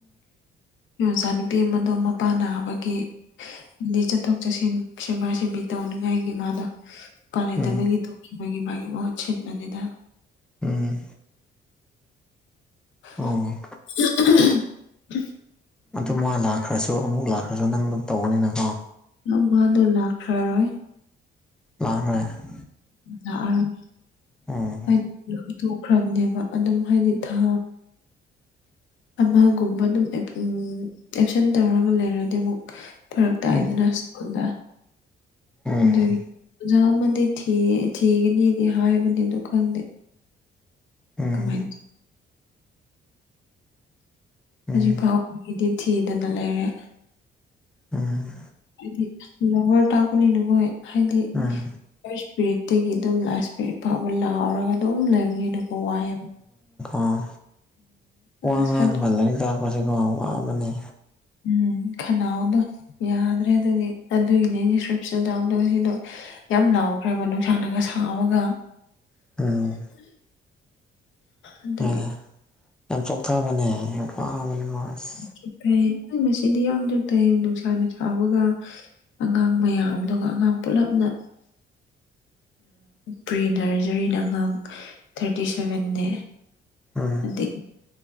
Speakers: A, on the left; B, in the centre.
A: ꯑꯣꯖꯥ ꯅꯨꯄꯤ ꯑꯃꯗꯣ ꯃꯄꯥ ꯅꯥꯕꯒꯤ ꯗꯤ ꯆꯠꯊꯣꯛ ꯆꯠꯁꯤꯟ ꯁꯦꯕꯥ ꯁꯦꯕꯤ ꯇꯧꯅꯤꯡꯉꯥꯏꯒꯤ ꯃꯥꯗꫭ ꯎꯄꯥꯏ ꯂꯩꯇꯕꯒꯤ
B: ꯎꯝ ꯎꯝ
A: ꯇ‌ꯣꯛꯈꯤꯕꯒꯤ ꯃꯥꯒꯤ ꯃꯍꯨꯠ ꯁꯤꯟꯕꯅꯤꯗ
B: ꯎꯝ
A: <unintelligible>
B: ꯑꯣ ꯑꯗꯨ ꯃꯥ ꯂꯥꯛꯈ꯭ꯔꯁꯨ ꯑꯃꯨꯛ ꯂꯥꯛꯈ꯭ꯔꯁꯨ ꯅꯪ ꯑꯗꯨꯝ ꯇꯧꯒꯅꯤꯅꯀꯣ
A: ꯃ ꯃꯥꯗ‌ꯣ ꯂꯥꯛꯈ꯭ꯔꯥꯔꯣꯏ
B: ꯂꯥꯛꯑꯔ‌ꯣꯏ
A: ꯂꯥꯛꯑꯔꯣꯏ
B: ꯎꯝ
A: ꯍꯥꯏꯗꯤ ꯄꯨꯂꯞ ꯊꯣꯛꯈ꯭ꯔꯕꯅꯦꯕ ꯑꯗꯨꯝ ꯍꯥꯏꯗꯤ ꯊꯥ ꯑꯃꯒꯨꯝꯕ ꯑꯗꯨꯝ ꯎ ꯑꯦꯞꯁꯦꯟ ꯇꯧꯔꯒ ꯂꯩꯔꯗꯤ ꯑꯃꯨꯛ ꯐꯔꯛ ꯇꯥꯏꯗꯅ
B: ꯎꯝ
A: ꯁ꯭ꯀꯨꯜꯗ
B: ꯎꯝ
A: ꯑꯗꯨꯒꯤ ꯑꯣꯖꯥ ꯑꯃꯗꯤ ꯊꯤꯌ‌ꯦ ꯊꯤꯒꯅꯤꯗꯤ ꯍꯥꯏꯕꯅꯦ ꯑꯗ‌ꯣ ꯈꯪꯗꯦ
B: ꯎꯝ
A: ꯀꯃꯥꯏꯟ
B: ꯎꯝ
A: ꯍꯧꯖꯤꯛ ꯐꯥꯎꯕꯒꯤꯗꯤ ꯊꯤꯗꯅ ꯂꯩꯔꯦ
B: ꯎꯝ
A: ꯍꯥꯏꯗꯤ ꯂꯧꯋꯔ ꯇꯥꯛꯄꯅꯤꯅ ꯃ‌ꯣꯏ ꯍꯥꯏꯗꯤ
B: ꯎꯝ
A: ꯐꯥꯔꯁ ꯄꯤꯔꯤꯠꯇꯒꯤ ꯑꯗꯨꯝ ꯂꯥꯁ ꯄꯤꯔꯤꯠ ꯐꯥꯎꯕ ꯂꯥꯎꯔꯒ ꯑꯗꯨꯝ ꯂꯩꯕꯅꯤꯅꯀꯣ ꯋꯥꯏꯌ‌ꯦ
B: ꯑꯥ
A: ꯑꯁ
B: ꯋꯥ ꯉꯥꯡꯕ
A: ꯍꯟꯗꯛ
B: ꯂꯥꯏꯔꯤꯛ ꯇꯥꯛꯄꯁꯤꯀꯣ ꯋꯥꯕꯅꯦ
A: ꯎꯝ ꯈꯅꯥꯎꯗꯣ ꯌꯥꯗ꯭ꯔꯦ ꯑꯗꯨꯗꯤ ꯑꯗꯨꯒꯤꯅꯦ ꯁ꯭ꯇꯔꯤꯞꯁꯤꯟ ꯌꯥꯎꯗꯕꯒꯤꯗꯣ ꯌꯥꯝ ꯂꯥꯎꯈ꯭ꯔꯦꯕ ꯅꯨꯡ ꯁꯥꯅꯒ ꯁꯥꯥꯕꯒ
B: ꯎꯝ
A: ꯑꯗꯨꯒꯤ
B: ꯍꯣꯏꯅꯦ ꯌꯥꯝ ꯆꯣꯛꯊꯕꯅꯦ ꯌꯥꯝ ꯋꯥꯕꯅꯤꯉ‌ꯣ ꯑꯁ
A: ꯆ‌ꯣꯛꯊꯩ ꯑꯩ ꯉꯁꯤꯗꯤ ꯌꯥꯝ ꯆ‌ꯣꯛꯊꯩ ꯅꯨꯡꯁꯥꯅ ꯁꯥꯕꯒ ꯑꯉꯥꯡ ꯃꯌꯥꯝꯗꯨꯒ ꯑꯉꯥꯡ ꯄꯨꯜꯂꯞꯅ ꯄ꯭ꯔꯤꯅꯔꯖꯔꯤꯅ ꯑꯉꯥꯡ ꯊꯥꯔꯇꯤ ꯁꯚꯦꯟꯅꯦ
B: ꯎꯝ
A: ꯑꯗꯩ